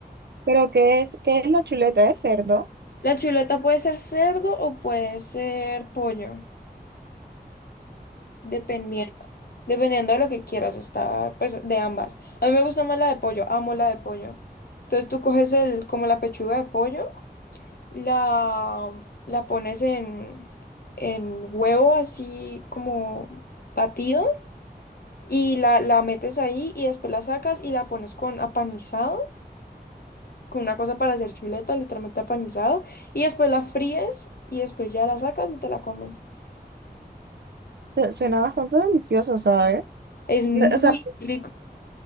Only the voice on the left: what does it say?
la chuleta puede ser cerdo o puede ser pollo, dependiendo, dependiendo de lo que quieras, está, pues, de ambas. A mí me gusta más la de pollo, amo la de pollo. Entonces tú coges el, como la pechuga de pollo, la, la pones en, en huevo así como batido. y la, la metes ahí y después la sacas y la pones con apanizado, con una cosa para hacer chuleta, literalmente apanizado, y después la fríes y después ya la sacas y te la comes.
Es muy
rico.